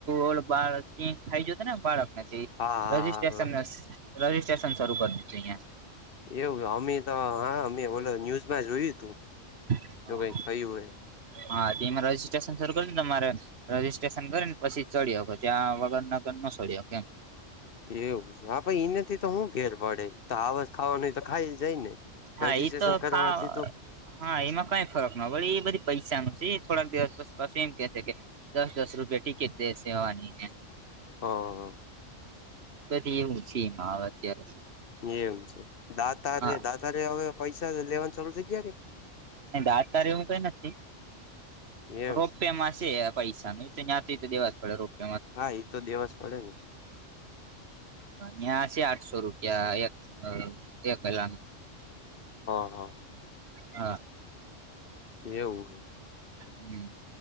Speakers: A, on the right (about 55°); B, on the left (about 50°).
A: ઓળ બાળ સિંહ ખાઈ જતે ને બાળક <inaudible>
B: હા હા
A: રજીસ્ટ્રેશન
B: હા
A: શરૂ કરવું છે અહિયાંથી.
B: એવું અમે તો હા અમે ઓલ ન્યૂઝમાં જોયું ઉતું,
A: અહિયાં
B: હવે થયું <unintelligible>
A: હા તેમાં રજિસ્ટ્રેશન શરૂ કયરૂ તમારે? રજીસ્ટ્રેશન કરીને પછી ચડ્યો કે ત્યાં વગર નગર ન છડ્યો કેમ
B: એવું છે હ પ ઈને થી તો હું ફેર પડે ત આવા <unintelligible> તો ખાઈ જાય ને?
A: હા
B: રજીસ્ટ્રેશન
A: એઈ તો
B: કરવાથી
A: ખા,
B: તો
A: હા એમાં કઈ <unintelligible> ઈ બધી પૈસાનું છે, થોડાક દિવસ પસી પાસુ એમ કેસે કે દસ દસ રૂપિયા ટિકિટ દેસે આવાની.
B: હ.
A: બધી એવું છે એમાં. આવે અત્યારે
B: એમ છે દાતારે
A: હા
B: દાતારે હવે પૈસા લે લેવાનું ચાલુ થઇ ગયા કે?
A: ન દાતારે એવું કઈ નથી.
B: એમ
A: રોપવેમાં સે પૈસાન <unintelligible> એ દેવા જ પડે રો <inaudible>
B: હા એ તો દેવા જ પડે ને
A: <inaudible> સે આઠસો રૂપિયા એક એકેલાના.
B: હ.
A: હા.
B: એવું?
A: હમ.